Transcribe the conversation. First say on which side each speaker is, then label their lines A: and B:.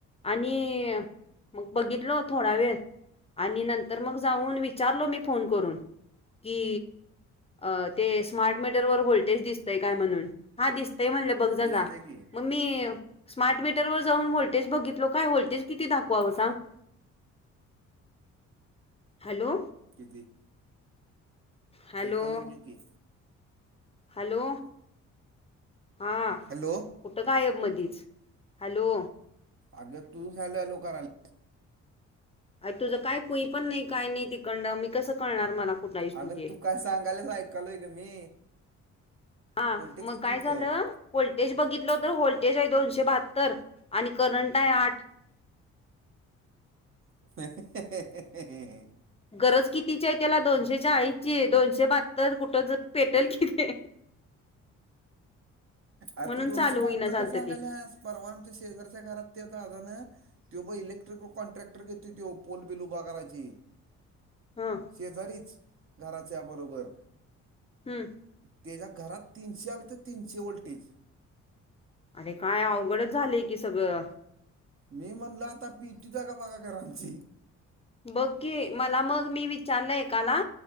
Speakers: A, on the left; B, on the right.
A: आणि मग बघितलो थोडा वेळ आणि नंतर मग जाऊन विचारलो मी फोन करून कि अ ते स्मार्ट मीटर वर व्होल्टेज दिसतंय काय म्हणून हा दिसतंय म्हणलं बघ जा
B: दिसते
A: जा
B: की
A: मग मी स्मार्ट मीटरवर जाऊन व्होलटेज बघितल काय व्होल्टेज किती दाखवावं सांग हॅलो
B: किती
A: हॅलो
B: ऐकायलोय बोल की
A: हॅलो हा
B: हॅलो
A: हॅलो कुठ गयब मधीच हॅलो
B: अगं तूच हॅलो, हॅलो करायली
A: अर तुझं काय कुई पण नाही काय नाही तिकंडन मी कसं कळणार मला कुठला आहेस
B: अगं
A: ते
B: तू काय सांगायलाच ऐकालोय ग मी
A: हा
B: व्होल्टेज
A: मग
B: किती
A: काय
B: होतं
A: झालं व्होल्टेज बघितलं तर व्होल्टेज आहे दोनशे बहात्तर आणि करंट आहे आठ
B: <unintelligible>
A: गरज कितीची आहे त्याला दोनशे चाळीसची आहे दोनशे बाहत्तर कुठं ज पेटेल कि ते
B: आर
A: म्हणून
B: तू दोनशे
A: चालू होईना
B: बहात्तर
A: झालत
B: काय सांगायल्यास
A: ते
B: परवा आमच्या शेजारच्या घरात त्या दादान त्यो ब इलेक्ट्रिकल कॉन्ट्रॅक्टर घेतोय त्यो पोल, बिल उभा करायचे
A: हां
B: शेजारीच घराच्या बरोबर
A: हम्म
B: त्याच्या घरात तिनशे अलतं तीनशे वॉल्टेज
A: अरे काय अवघडच झालेय की सगळं
B: मी म्हणलं आता पेटवतो आहे का बघा घरं आमची
A: बघ की मला मग मी विचारलं एकाला